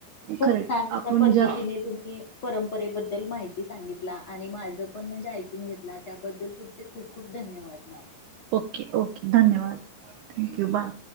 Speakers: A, on the left; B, on the right.
A: खूप
B: खरेच.
A: छान अशा
B: आपण
A: पद्धतीने
B: ज्या,
A: तुम्ही परंपरेबद्दल माहिती सांगितला आणि माझं पण म्हणजे ऐकून घेतला त्याबद्दल तुम खूप खूप धन्यवाद मॅम.
B: ओके ओके धन्यवाद थँक्यू! बाय.